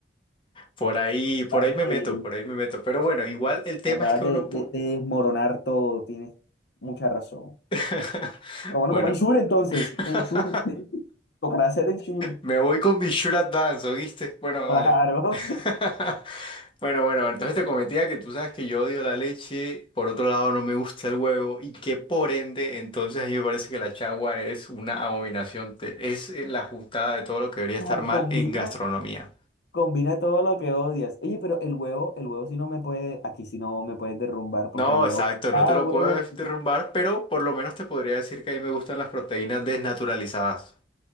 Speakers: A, on the left; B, on the left.
A: por ahí, por
B: Acabas
A: ahí me
B: de,
A: meto, por ahí me meto. Pero bueno, igual el tema
B: me acabas
A: es que
B: de,
A: uno...
B: de-
A: pu-
B: de desmoronar todo, tienes mucha razón.
A: <laughs>
B: Pero bueno,
A: Bueno,
B: toma Ensure entonces,
A: <laughs>
B: Ensure, <laughs> tocará hacer Ensure,
A: me voy con mi Sure Advance, ¿oíste? Bueno,
B: claro.
A: dale. <laughs> Bueno, bueno, entonces te cometía que tú sabes que yo odio la leche, por otro lado no me gusta el huevo y que por ende, entonces a mí me parece que la chagua es una abominación, te- es eh, la juntada de todo lo que debería estar
B: <laughs>
A: mal
B: Combina,
A: en gastronomía.
B: combina todo lo que odias. Oye, pero el huevo, el huevo sí no me puede, aquí sí no me puedes derrumbar, porque
A: No,
B: el huevo,
A: exacto,
B: cada
A: no te lo
B: huevo
A: puedo derrumbar, pero por lo menos te podría decir que a mí me gustan las proteínas desnaturalizadas,